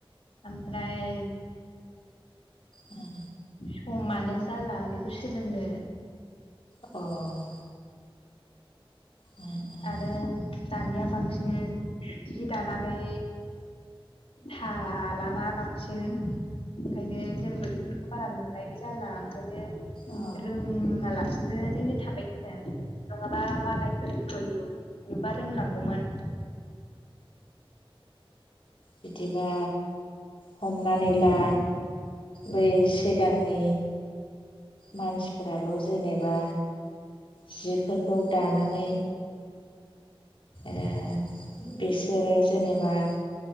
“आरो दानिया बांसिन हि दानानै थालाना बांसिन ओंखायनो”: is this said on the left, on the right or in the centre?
Left